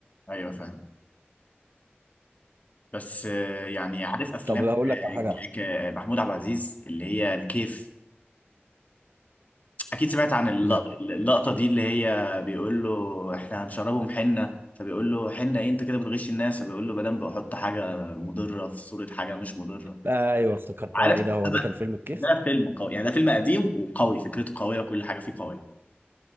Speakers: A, on the left; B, on the right.
A: ايوه فاهم بس آه، يعني عارف افلام
B: طب هقول
A: آه،
B: لك على حاجه
A: ك- ك- محمود عبد العزيز اللي هي الكيف اكيد سمعت عن اللق-
B: لا
A: اللقطه دي اللي هي بيقول له احنا هنشربهم حنه فبيقول له حنه ايه انت كده بتغش الناس فبيقول له مدام بحط حاجه مضره في صوره حاجه مش مضره
B: ايوه افتكرتها
A: عارف
B: ايه ده هو ده كان فيلم الكيف
A: ده فيلم قوي يعني ده فيلم قديم وقوي فكرته قوية وكل حاجة فيه قوية